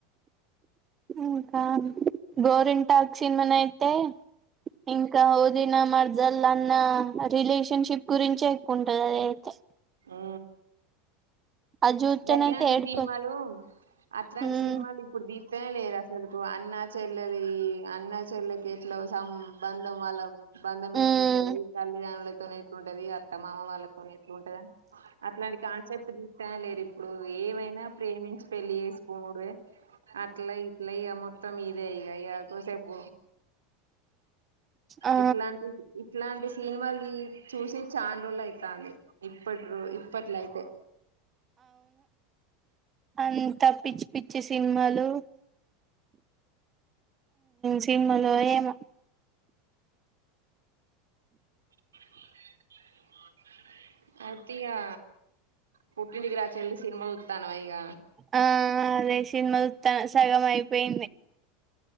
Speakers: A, on the right; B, on the right.
A: ఇంకా గోరింటాక్ సినిమాన అయితే ఇంకా ఓద మర్జల్ అన్న రిలేషన్షిప్ గురించి ఎక్కువంటుంది అద అయితే
B: ఆ
A: అది చూత్తేనైతే
B: గాట్లాంటి
A: ఏడుపు
B: సినిమాలు అట్లాంటి
A: ఉమ్
B: సినిమాలు ఇప్పుడు దీతేనే లేరు అసలులకు అన్న చెల్లెలి అన్న చెల్లక ఇట్ సం బంధం వాళ్ళ బంధం ఎట్టుంటది
A: ఉమ్
B: తల్లిదండ్రులతో ఎట్టుంటది అత్తమామ వాళ్ళ అ ఎట్ ఉంటుదని అట్లాంటి కాన్సెప్ట్ తీస్తే లేరు ఇప్పుడు ఏవైనా ప్రేమించి పెళ్లి చేసుకోడవే అట్లా ఇట్ల ఇక మొత్తం ఇదే ఇక ఇ కోసేపు
A: ఆ
B: ఇట్లాంటి ఇట్లాంటి సినిమాలు చూసి చాను రోలు అవుతంది ఇప్పట్రు ఇప్పట్లయితే
A: అంతా పిచ్చి పిచ్చి సినిమాలు సినిమలో ఏమో
B: <inaudible> అయితిగా పుట్ండకి రా చలి సినిమా చూత్తానవా ఇగ
A: ఆ అదే సినిమాలు సగం అయిపోయింది